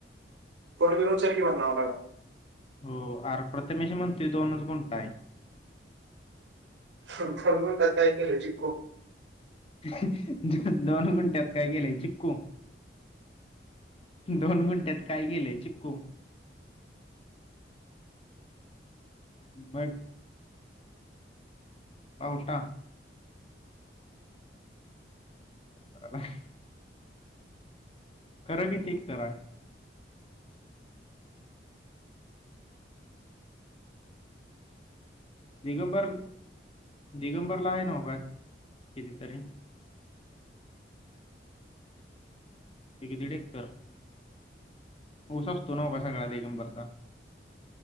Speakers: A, on the right; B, on the left.
A: फोन बिन उचल की म्हणाव लगा.
B: हो आर प्रथमेशी म्हणतोय दोनच गुंठा आहे.
A: दोन गुंठात काय केलं, चिकू
B: दोन गुंट्यात काय केलंय चिक्कू. दोन गुंठ्यात काय केलंय चिक्कू. बग, पावटा. <unintelligible> खर किती एकर हाय? दिगंबर दिगंबरला आहे नव काय किती तरी, एक दीड एकर. ऊस असतो नव का सगळ्या दिगंबरचा?